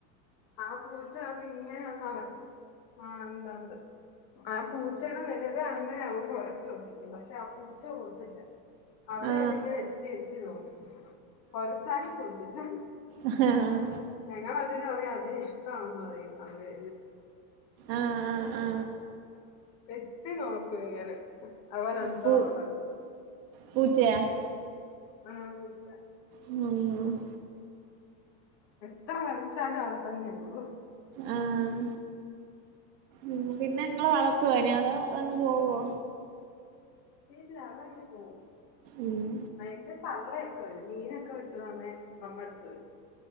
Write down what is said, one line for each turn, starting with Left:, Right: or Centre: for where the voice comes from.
Left: ആഹ് പൂച്ച വന്ന് ഇങ്ങനെന്ന ആഹ് എന്താണ്ട് ആ പൂച്ചയാണ് വലുത് കാണുമ്പോ അവൻ കൊരച്ച് ഒപ്പിക്കും പക്ഷെ ആ പൂച്ച പോകത്തില്ല അവിടെ
Right: ആ
Left: ഏവിടെയെങ്കിലും എത്തി എത്തി നോക്കും കൊരച്ചാലും പോകത്തില്ല
Right: ആഹ് ആഹ്
Left: ഞങ്ങൾ അതിന് പറയാ അതി ഇഷ്ടമാണെന്ന് പറയും അത് വെ
Right: ആ ആ ആ
Left: എത്തി നോക്കും ഇങ്ങനെ അവൻ എന്താ
Right: പൂ
Left: അവിടെന്ന്
Right: പൂച്ചയാ
Left: ആഹ് പൂച്ച
Right: ഉം ഉം
Left: എത്ര വരച്ചാലും അവിടെ തന്നെയിരുന്നോളും
Right: ആഹ് ഉം പിന്നെ നിങ്ങൾ വളർത്തുവോ അയ്നെ അതോ അതങ്ങ് പോവോ
Left: ഇല്ല അതങ്ങ് പോവും
Right: ഉം
Left: അതിന്റെ തള്ളയൊക്കെ വരും മീനൊക്കെ വെ <unintelligible> നമ്മുടെടുത്ത വരും